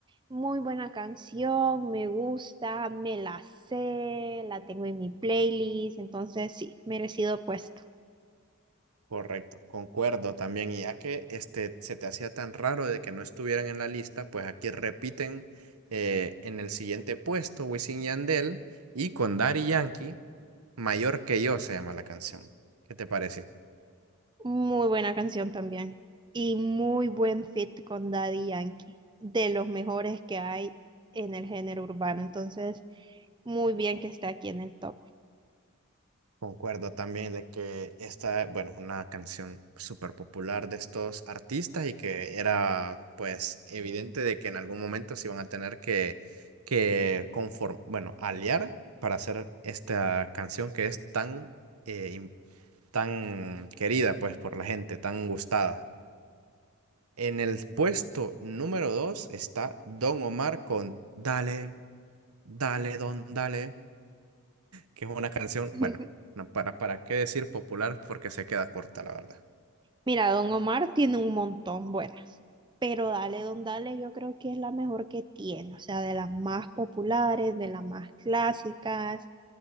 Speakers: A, on the right; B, on the right.
A: Muy buena canción, me gusta, me la sé, la tengo en mi playlist, entonces sí, merecido puesto.
B: Correcto, concuerdo también. Y ya que este, se te hacía tan raro de que no estuvieran en la lista, pues aquí repiten eh, en el siguiente puesto Wisin y Yandel y con Daddy Yankee, Mayor que yo se llama la canción. ¿Qué te pareció?
A: Muy buena canción también. Y muy buen fit con Daddy Yankee. De los mejores que hay en el género urbano. Entonces, muy bien que esté aquí en el top.
B: Concuerdo también de que esta, bueno, es una canción súper popular de estos artistas y que era pues evidente de que en algún momento se iban a tener que, que conform, bueno, aliar para hacer esta canción que es tan, eh, im- tan querida pues por la gente, tan gustada. En el puesto número dos está Don Omar con Dale, dale, don, dale que es una canción,
A: <laughs>
B: bueno, no, para, para qué decir popular porque se queda corta, la verdad.
A: Mira, Don Omar tiene un montón buenas, pero Dale Don Dale yo creo que es la mejor que tiene, o sea, de las más populares, de las más clásicas.